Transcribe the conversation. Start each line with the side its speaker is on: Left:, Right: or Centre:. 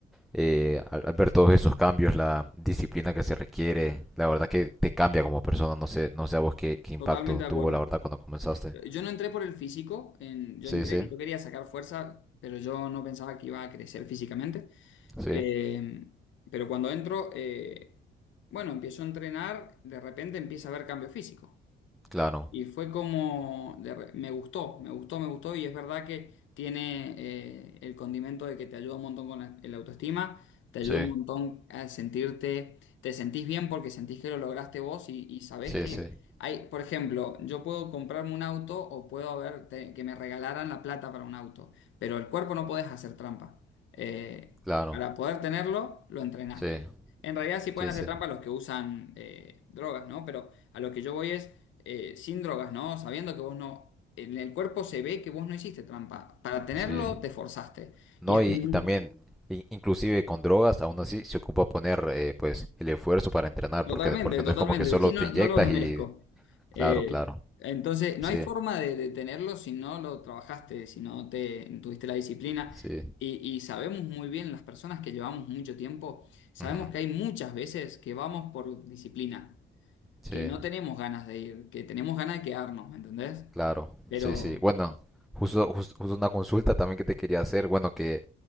Centre: eh, al, al ver todos esos cambios, la disciplina que se requiere, la verdad que te cambia como persona. No sé, no sé a vos qué, qué impacto
Left: Totalmente de
Centre: tuvo,
Left: acuerdo.
Centre: la verdad, cuando comenzaste.
Left: Yo no entré por el físico, en- yo
Centre: Sí,
Left: entré
Centre: sí,
Left: y yo quería sacar fuerza, pero yo no pensaba que iba a crecer físicamente.
Centre: sí,
Left: Eh, pero cuando entro, eh, bueno, empiezo a entrenar, de repente empieza a haber cambio físico.
Centre: claro,
Left: Y fue como, de re- me gustó, me gustó, me gustó y es verdad que tiene eh, el condimento de que te ayuda un montón con la, el autoestima, te ayuda
Centre: sí,
Left: un montón a sentirte, te sentís bien porque sentís que lo lograste vos y, y sabés
Centre: sí,
Left: que
Centre: sí,
Left: hay, por ejemplo, yo puedo comprarme un auto o puedo haber te- que me regalaran la plata para un auto, pero el cuerpo no podés hacer trampa. Eh,
Centre: claro,
Left: para poder tenerlo, lo entrenaste.
Centre: sí,
Left: En realidad sí pueden
Centre: sí,
Left: hacer
Centre: sí,
Left: trampa los que usan eh, drogas, ¿no? Pero a lo que yo voy es eh, sin drogas, ¿no? Sabiendo que vos no... En el cuerpo se ve que vos no hiciste trampa. Para tenerlo
Centre: sí.
Left: te forzaste.
Centre: No,
Left: Y es como...
Centre: y, y
Left: un-
Centre: también, i- inclusive con drogas, aún así se ocupa poner, eh, pues, el esfuerzo para entrenar,
Left: Totalmente,
Centre: porque, porque
Left: totalmente.
Centre: no es como que solo
Left: Sí, no,
Centre: te inyectas
Left: no los desmerezco.
Centre: y...
Left: Eh,
Centre: Claro, claro,
Left: entonces, no
Centre: sí,
Left: hay forma de, de tenerlo si no lo trabajaste, si no te tuviste la disciplina.
Centre: sí,
Left: Y, y sabemos muy bien, las personas que llevamos mucho tiempo, sabemos
Centre: ujú,
Left: que hay muchas veces que vamos por disciplina.
Centre: sí,
Left: que no tenemos ganas de ir, que tenemos ganas de quedarnos, ¿me entendés?
Centre: Claro,
Left: Pero
Centre: sí, sí. Bueno, justo, jus- justo una consulta también que te quería hacer. Bueno, que